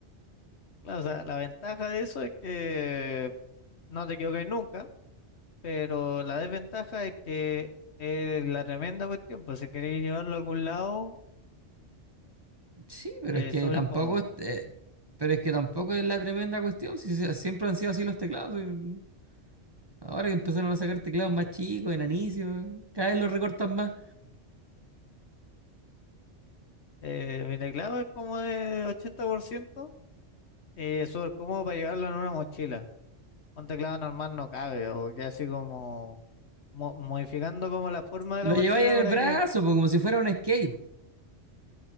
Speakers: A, on the left; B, on the right.
A: Claro, o sea, la ventaja de eso es que no te equivoques nunca, pero la desventaja es que es la tremenda cuestión, pues si queréis llevarlo a algún lado,
B: Sí, pero
A: eh,
B: es que
A: sobre
B: tampoco,
A: incómodo.
B: es- eh, pero es que tampoco es la tremenda cuestión. Si, si- siempre han sido así los teclados. y Ahora que empezaron a sacar teclados más chicos, enanicios, cada vez los recortan más.
A: Eh, mi teclado es como de 80%, eh, es súper cómodo para llevarlo en una mochila. Un teclado normal no cabe, o que así como mo- modificando como la forma de
B: Lo
A: la mochila
B: lleváis en
A: para
B: el brazo,
A: que... ¿En
B: pues, como si fuera un skate.